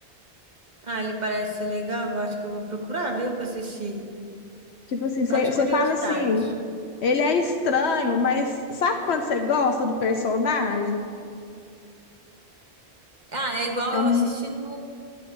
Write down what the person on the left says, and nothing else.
Tipo assim, você
você
fala assim, ele é estranho, mas sabe quando você gosta do personagem?
É,
mu-